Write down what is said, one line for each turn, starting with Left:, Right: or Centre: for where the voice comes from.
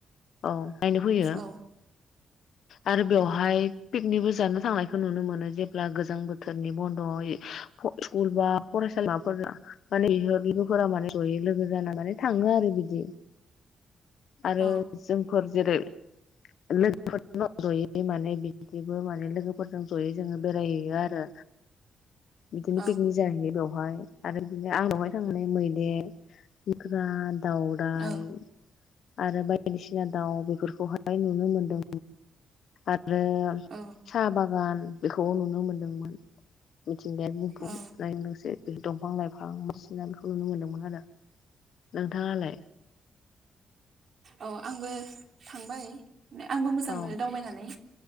Left: अ नायनो फैयो
Right: औ
Left: आरो बेवहाय पिकनिकबो जानो थांनायखौ नुनो मोनो जेब्ला गोजां बोथोरनि बन्द'आव स्कुल बा फरायसालिमाफोरा माने बिहा लोगोफोरा माने जयै लोगो जाना मान थाङो आरो बिदि आरो
Right: औ
Left: जोंफोर जेरै लोगोफोर जयै माने बि दिबो माने लोगोफोरजों ज'यै जोङो बेरायहैयो आरो बिदिनो
Right: औ
Left: पिकनिक जाहैयो बेवहाय। आरो बिदिनो आंनावहाय थांनानै मैदेर मोख्रा दावराय
Right: औ
Left: आरो बाय बायदिसिना दाउ बेफोरखौहाय हाय नुनो मोनो। आरो
Right: औ
Left: साहा बागान बेखौबो नुनो मोनदोंमोन। मिथिंगायारि <unintelligible>
Right: औ
Left: बे दंफां लाइफां बायदिसिना बेखौ नुनो मोनदोंमोन आरो। नोंथाङालाय?
Right: औ आंबो थांबाय। माने आंबो मोजां
Left: औ
Right: मोनो दावबायनानै